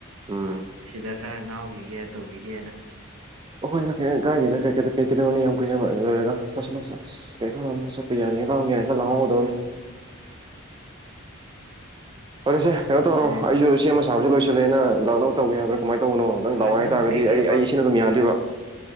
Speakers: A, on the right (about 20°); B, on the right (about 85°).
A: ꯎꯝ
B: ꯁꯤꯗ ꯈꯔ ꯉꯥꯎꯈꯤꯒꯦ ꯇꯧꯈꯤꯒꯦꯅ
A: ꯍꯣꯏ ꯀꯥꯏꯗ ꯀꯩ ꯀꯩꯗ ꯄꯦꯛꯀꯗꯧꯅꯤ ꯌꯥꯝ ꯀꯨꯏꯅ ꯂꯩꯔꯒ ꯆꯠ ꯆ ꯀꯩꯀꯥ ꯆꯠꯄ ꯌꯥꯅꯤꯥꯡ ꯌꯥꯅꯤ ꯈ ꯂꯪꯍꯧꯗꯧꯅꯤ ꯐꯔꯦ ꯁꯦ ꯀꯩꯅꯣ
B: ꯑꯗꯨꯅꯦ
A: ꯇꯧꯔꯣ ꯑꯩꯁꯨ ꯁꯦꯝꯃ ꯑꯕꯁꯨ ꯂꯣꯏꯁꯤꯜꯂꯦꯅ ꯂꯥꯛ ꯂꯧ ꯇꯧꯒ ꯍꯥꯏꯕ꯭ꯔꯥ ꯀꯃꯥꯏꯅ ꯇꯧꯕꯅꯣ ꯇꯪ
B: ꯍꯣꯏ
A: ꯂꯥꯛꯑꯣ
B: ꯅꯪ ꯀꯩꯀꯩ